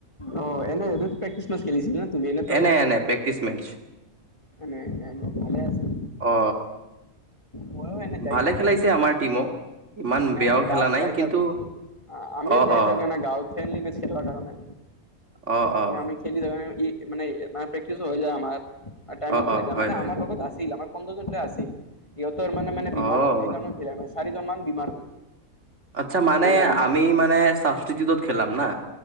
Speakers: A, on the left; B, on the right.
A: অ', এনে এটো প্ৰেক্টিচ মেছ খেলিছিল না তুমি এনেইতো
B: এনে এনে প্ৰেক্টিচ মেচ
A: এনে এনে ভলে আছিল
B: অ
A: মই এনে যাই
B: ভালে
A: থাকো
B: খেলাইছে
A: এনে
B: আমাৰ টিমো ইমান
A: এনে
B: বেয়াও
A: আমাৰ
B: খেলা
A: গাঁৱত
B: নাই
A: যাই
B: কিন্তু
A: থাকো আ, আমিও
B: অ
A: যাই
B: অ
A: থাকো এনে গাঁৱত ফ্ৰেণ্ডলী মেচ খেলিবা কাৰণে
B: অ',
A: মানে
B: অ',
A: আমি খেলি থাকা ই মানে প্ৰেক্টিচ হৈ যায় আমাৰ, তাইমে
B: অ
A: উলায়
B: অ হয়
A: মানে
B: হয়
A: আমাৰ লগত আছিল আমাৰ পোন্ধৰ জন প্লেয়াৰ আছিল, সিহঁতৰ মানে মানে
B: অ'
A: বিমাৰ হ'ল, এইকাৰণে খেলা নাই, চাৰিজন মান বেমাৰ হল
B: আচ্ছা মানে
A: এইকাৰণে।
B: আমি মানে ছাবষ্টিটিউটড খেলাম না?